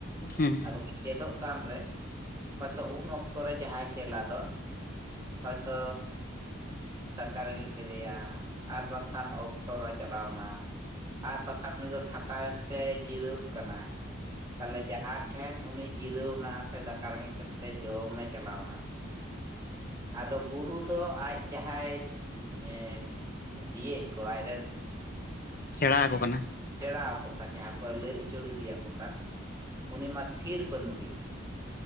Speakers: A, on the left; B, on the right.
A: ᱦᱮᱸ
B: ᱟᱫᱚ ᱪᱮᱫᱚᱜ ᱠᱟᱱ ᱨᱮ ᱦᱚᱭᱛᱚ ᱩᱱ ᱚᱠᱛᱚ ᱨᱮ ᱡᱟᱦᱟᱸᱭ ᱪᱮᱞᱟ ᱫᱚ ᱦᱚᱭᱛᱚ ᱫᱟᱠᱟ ᱨᱮᱸᱜᱮᱡ ᱠᱮᱫᱮᱭᱟ ᱟᱨ ᱵᱟᱝᱠᱷᱟᱱ ᱚᱯᱥᱚᱨᱮ ᱪᱟᱞᱟᱣᱱᱟ ᱟᱨ ᱵᱟᱝᱠᱷᱟᱱ ᱛᱷᱟᱠᱟᱣᱮᱱᱛᱮ ᱡᱤᱨᱟᱹᱜ ᱠᱟᱱᱟᱭ ᱛᱟᱦᱚᱞᱮ ᱡᱟᱦᱟᱸ ᱴᱷᱮᱱ ᱩᱱᱤ ᱡᱤᱨᱟᱹᱣ ᱮᱱᱟ ᱥᱮ ᱫᱟᱠᱟ ᱨᱮᱸᱜᱮᱡ ᱠᱤᱫᱤᱛᱮ ᱡᱚᱢᱮ ᱪᱟᱞᱟᱣ ᱮᱱᱟ ᱟᱫᱚ ᱜᱩᱨᱩ ᱫᱚ ᱟᱡ ᱡᱟᱦᱟᱸᱭ ᱤᱭᱟ. ᱭᱮᱫ ᱠᱩᱣᱟᱭ
A: ᱥᱮᱬᱟ ᱟᱠᱚ ᱠᱟᱱᱟ
B: ᱥᱮᱬᱟᱸᱣ ᱟᱠᱚ ᱠᱟᱱ ᱡᱟᱦᱟᱸ ᱠᱚᱭ ᱞᱟᱹᱭ ᱩᱪᱟᱹᱲ ᱤᱫᱤᱭᱟᱠᱚ ᱠᱟᱱ ᱩᱱᱤ ᱢᱟ ᱛᱷᱤᱨ ᱵᱟᱹᱱᱩᱜᱮᱭᱟ